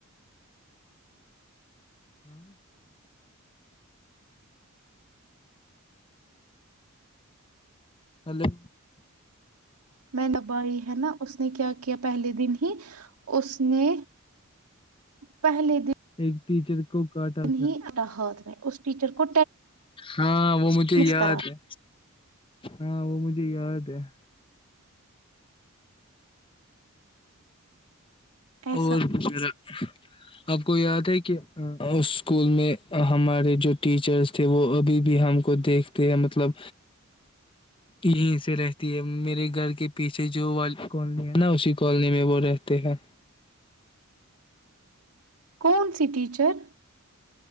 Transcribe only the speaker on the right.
میرا بھائی ہے نا اس نے کیا کیا پہلے دن ہی اس نے پہلے دن
ہی اٹا ہاتھ میں اس ٹیچر کو
ٹیٹنس
کرا
ایسا
کون سی ٹیچر